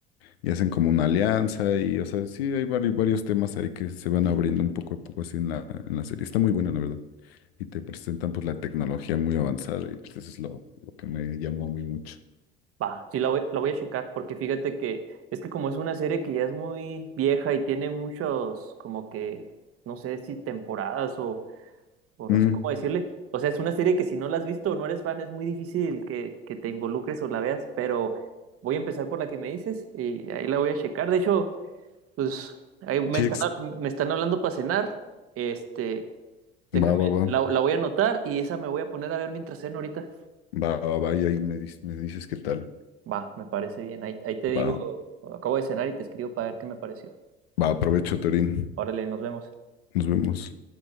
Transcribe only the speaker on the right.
Va, sí la voy, la voy a checar, porque fíjate que es que como es una serie que ya es muy vieja y tiene muchos, como que, no sé si temporadas o o no
sé cómo decirle. O sea, es una serie que si no la has visto o no eres fan, es muy difícil que, que te involucres o la veas, pero voy a empezar por la que me dices y ahí la voy a checar. De hecho, pues ahí me
están, me están hablando para cenar. Este, déjame,
la, la voy a anotar y esa me voy a poner a ver mientras ceno ahorita.
Va, me parece bien. Ahí, ahí te
digo, acabo de cenar y te escribo para ver qué me pareció.
Órale, nos vemos.